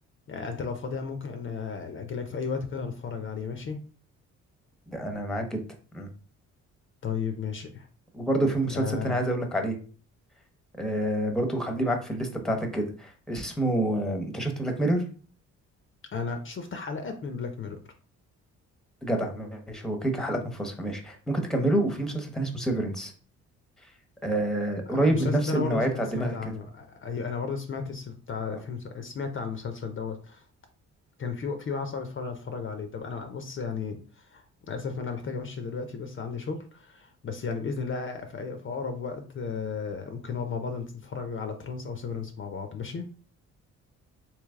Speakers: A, on the left (about 40°); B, in the centre.
A: يعني انت لو فاضي ممكن ان اجيلك في اي وقت كده نتفرج عليه ماشي
B: لا، انا معاك جدا مم.
A: طيب ماشي
B: وبرضه في مسلسل
A: آه
B: تاني عايز اقول لك عليه آه برضه خليه معاك في الليسته بتاعتك كده اسمه آه انت شفت بلاك ميرور
A: انا شفت حلقات من بلاك ميرور
B: جدع ماشي هو كيكة حلقات منفصلة ماشي ممكن تكمله وفي مسلسل تاني اسمه سيفرنس آه قريب
A: المسلسل
B: من نفس
A: ده انا
B: النوعية
A: برضه س-
B: بتاع
A: انا سمعت
B: دماغك
A: عن
B: كده
A: ايوه انا برضه سمعت الس- بتاع
B: آه
A: فيلم سمعت عن المسلسل دوت كان في في واحد صاحبي اتفرج اتفرج عليه طب انا بص يعني للاسف انا محتاج امشي دلوقتي بس عندي شغل بس يعني باذن الله في اي في اقرب وقت آه، ممكن نقعد مع بعض نتفرج على ترانس او سيفرنس مع بعض ماشي